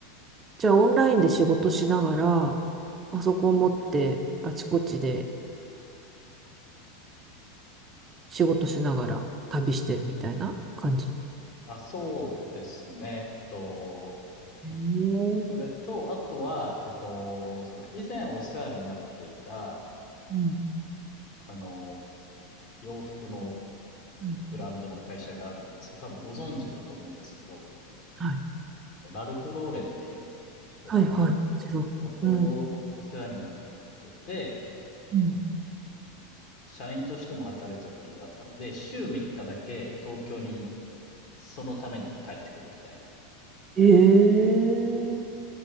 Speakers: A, on the right; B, on the left.
A: じゃあ、オンラインで仕事しながら、パソコン持って、あちこちで仕事しながら旅してるみたいな感じ。
B: あ、そうですね。えっと、
A: へえう
B: それと、あとは、えっと、その以前お世話になっていた、
A: ん。
B: あの、洋服の
A: うん。
B: ブランドの会社があるんですけど、多分ご存知だと思うんですけど、
A: はい。
B: あのラルフ・ローレンっていうブランド、
A: はいはい。もちろん。
B: そこお世話になってて、
A: うん。うん。
B: 社員としても働いてたことがあったので、週3日だけ東京にそのために帰ってくるみたいな。
A: へえ